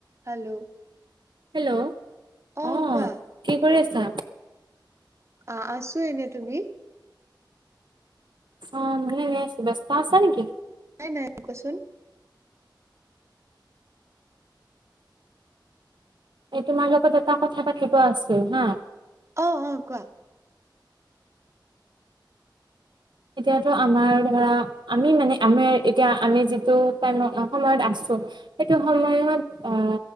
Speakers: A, on the right; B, on the right.
A: হেল্ল'!
B: হেল্ল,
A: অ
B: অঁ
A: কোৱা
B: কৰি আছা?
A: অ আছো এনে। তুমি?
B: অ মইও এনে আছো। ব্যস্ত আছা নেকি?
A: নাই নাই কোৱাচোন।
B: এই তোমাৰ লগত এটা কথা পাতিব আছিল হা।
A: অ অ কোৱা।
B: এতিয়াতো আমাৰ ধৰা আমি মানে আমি এতিয়া আমি যিটো টাইমত সময়ত আছো। সেইটো সময়ত আ